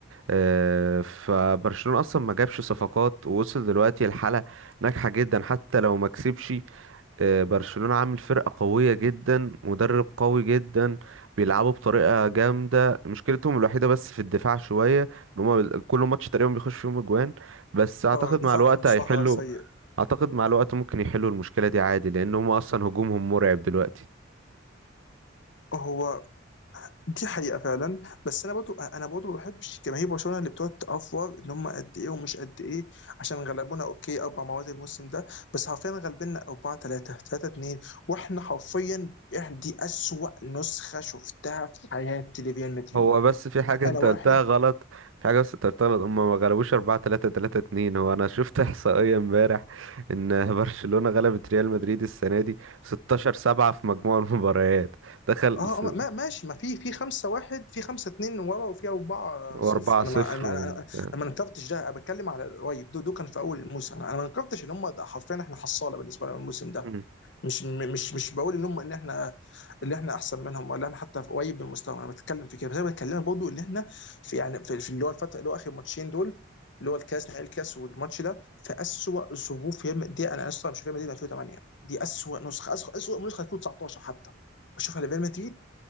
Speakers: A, on the right; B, on the left.
A: آه، فبرشلونة اصلا ما جابش صفقات ووصل دلوقتي لحالة ناجحة جدا حتى لو ما كسبش آه، برشلونة عامل فرقة قوية جدا مدرب قوي جدا بيلعبوا بطريقة جامدة مشكلتهم الوحيدة بس في الدفاع شوية ان هما بال- كل ماتش تقريبا بيخش فيهم اجوان بس اعتقد
B: اه دفاعهم
A: مع الوقت
B: الصراحه
A: هيحلوا
B: سيء
A: اعتقد مع الوقت ممكن يحلوا المشكلة دي عادي لان هما اصلا هجومهم مرعب دلوقتي
B: هو دي حقيقة فعلا بس انا برضو انا برضو ما بحبش جماهير برشلونة اللي بتقعد تأفور ان هم قد ايه ومش قد ايه عشان غلبونا اوكي اربع مرات الموسم ده بس حرفيا غلبنا اربعة ثلاثة ثلاثة اتنين واحنا حرفيا إحنا دي اسوأ نسخة شفتها في حياتي لريال مدريد
A: هو بس في حاجة
B: انا
A: انت
B: واحد
A: قلتها غلط في حاجة بس انت قلتها غلط هما ما غلبوش أربعة تلاتة تلاتة اتنين هو أنا شفت <laughs> إحصائية امبارح إن <laughs> برشلونة غلبت ريال مدريد السنة دي ستاشر سبعة في مجموع المباريات دخل
B: اه
A: س...
B: آه، ما ماشي ما في في خمسة واحد في خمسة اتنين ورا وفي أربعة
A: وأربعة
B: صفر أنا
A: صفر
B: ما أنا ما-
A: وبتاع
B: أنا أنا ما نكرتش ده أنا بتكلم على قريب ده, ده كان في أول الموسم أنا أنا ما نكرتش إن هم ده حرفيا إحنا حصالة بالنسبة لنا الموسم ده
A: مم.
B: مش م- مش مش بقول ان هم ان احنا اللي احنا احسن منهم ولا احنا حتى في قريب من المستوى انا بتكلم في كده بس انا بتكلم برضه ان احنا في يعني في, في اللي هو الفتره اللي هو اخر ماتشين دول اللي هو الكاس نهائي الكاس والماتش ده في اسوء ظروف ريال مدريد انا اسف مش ريال مدريد من 2008 دي اسوء نسخه اسوء اسوء نسخه 2019 حتى بشوفها لريال مدريد